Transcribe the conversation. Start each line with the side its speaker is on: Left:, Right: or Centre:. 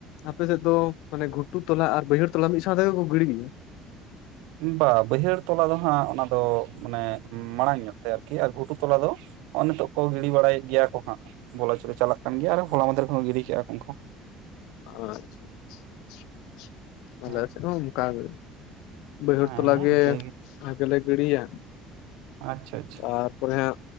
Left: ᱟᱯᱮ ᱥᱮᱫ ᱫᱚ ᱢᱟᱱᱮ ᱜᱷᱩᱴᱩ ᱛᱚᱞᱟ ᱟᱨ ᱵᱟᱹᱭᱦᱟᱹᱲ ᱛᱚᱞᱟ ᱢᱤᱫ ᱥᱟᱶ ᱛᱮᱜᱮᱠᱚ ᱜᱤᱲᱤ ᱜᱮᱭᱟ
Right: ᱵᱟ ᱵᱟᱹᱭᱦᱟᱹᱲ ᱛᱚᱞᱟ ᱫᱚ ᱦᱟᱸᱜ ᱚᱱᱟ ᱫᱚ ᱢᱟᱱᱮ ᱢᱟᱲᱟᱝ ᱧᱚᱜ ᱛᱮ ᱟᱨᱠᱤ ᱟᱨ ᱜᱷᱩᱴᱩ ᱛᱚᱞᱟ ᱫᱚ ᱱᱚᱜᱚᱭ ᱱᱤᱛᱚᱜ ᱠᱚ ᱜᱤᱰᱤ ᱵᱟᱲᱟᱭᱮᱫ ᱜᱮᱭᱟ ᱠᱚ ᱦᱟᱸᱜ ᱵᱚᱞᱚ ᱪᱩᱨ ᱨᱮ ᱪᱟᱞᱟᱜ ᱠᱟᱱ ᱜᱮᱭᱟ ᱟᱨ ᱦᱚᱞᱟ ᱢᱟᱫᱷᱮᱨ ᱠᱚᱦᱚᱸ ᱜᱤᱰᱤ ᱠᱮᱫᱟ ᱠᱚ ᱩᱱᱠᱩ
Left: ᱪᱷᱟ ᱟᱠᱟᱜ
Right: ᱦᱮᱸ
Left: <unintelligible> ᱵᱟᱹᱭᱦᱟᱹᱲ
Right: ᱦᱮᱸ
Left: ᱛᱚᱞᱟ ᱜᱮ
Right: ᱤᱱᱠᱟᱹ
Left: <inaudible> ᱞᱮ ᱜᱤᱰᱤᱭᱟ
Right: ᱟᱪᱪᱷᱟ ᱟᱪᱪᱷᱟ
Left: ᱟᱨ ᱛᱟᱯᱚᱨᱮ ᱦᱟᱸᱜ